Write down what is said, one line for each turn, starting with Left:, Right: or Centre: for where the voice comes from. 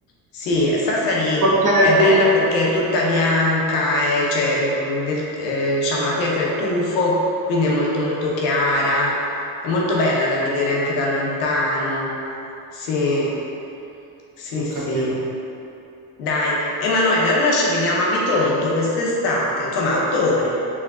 Left: Sì, Sassari.
Right: Porceddu,
Left: È bella perché è tutta bianca, è, cioè, mm, del- eh, diciamo la pietra è tufo, quindi è molto molto chiara. È molto bella da vedere anche da lontano. Sì, sì,
Right: ho
Left: sì.
Right: capito.
Left: Dai, Emanuele, allora ci vediamo a Bitonto quest'estate, insomma a ottobre,